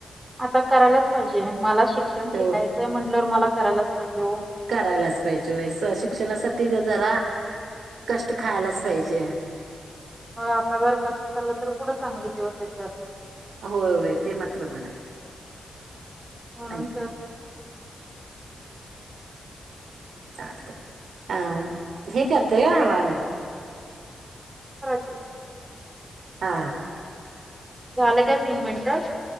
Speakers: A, on the right; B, on the right.
A: आता करायलाच पाहिजे मला शीक क्षण
B: ह
A: शिकायचंय म्हणल्यावर मला करायलाच पाहिजे हो.
B: करायलाच पाहिजे व्हयं स शिक्षणासाठी जर जरा कष्ट खायलाच पाहिजे.
A: मग आता जर कष्ट झालं तर पुढं चांगले दिवस येत्यात.
B: होय होय ते मात्र बरं आहे.
A: म्हणून
B: आणि
A: तर
B: चालतय. अं हे करतय हावं आम्ही
A: <unintelligible>
B: हा
A: झालं काय तीन मिनटं?